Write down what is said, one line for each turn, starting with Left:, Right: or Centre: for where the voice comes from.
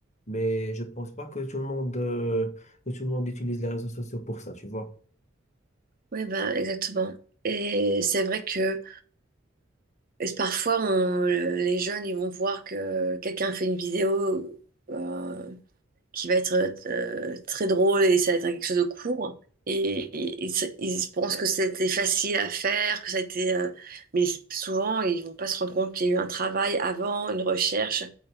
Left: Mais je pense pas que tout le monde, euh, que tout le monde utilise les réseaux sociaux pour ça, tu vois.
Right: oui, ben, exactement. Et c'est vrai que Et parfois, on- les jeunes, ils vont voir que quelqu'un fait une vidéo euh, qui va être euh, très drôle et ça va être quelque chose de court. Et, et- et ça- ils pensent que c'était facile à faire, que ça a été... euh, mais souvent, ils vont pas se rendre compte qu'il y a eu un travail avant, une recherche.